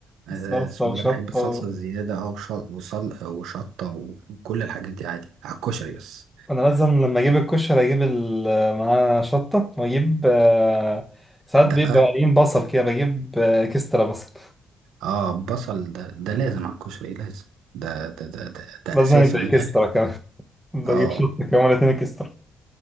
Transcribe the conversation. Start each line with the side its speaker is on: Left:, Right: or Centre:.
Right: آه،
Centre: صلصه
Right: اسمه
Centre: وشطه
Right: ده أنا بحب الصلصة
Centre: و...
Right: الزيادة او شط وصل وشطة وكل الحاجات دي عادي على الكشري بس
Centre: انا لازم لما اجيب الكشري اجيب ال- معاه شطه واجيب آه، ساعات
Right: دقة
Centre: بيبقى قليل بصل كده بجيب آه، اكسترا بصل
Right: اه بصل ده ده لازم على الكشري لازم ده ده ده ده, ده
Centre: لازم
Right: اساسي
Centre: يبقى
Right: من غير
Centre: اكسترا كمان <laughs> بدي
Right: اه
Centre: اجيب شط كمان اتنين اكسترا